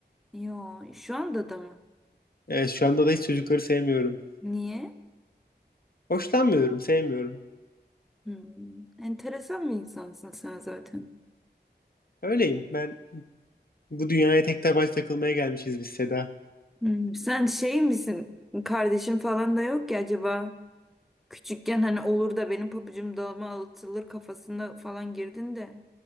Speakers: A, in the centre; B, on the left.
A: Yo şu anda da mı?
B: Evet, şu anda da hiç çocukları sevmiyorum.
A: Niye?
B: Hoşlanmıyorum, sevmiyorum.
A: Hmm, enteresan bir insansın sen zaten.
B: Öyleyim. Ben bu dünyaya tek tabanca takılmaya gelmişiz biz Seda.
A: Hmm, sen şey misin? Kardeşin falan da yok ki acaba Küçükken hani olur da benim pabucum dağıma atılır kafasına falan girdin de.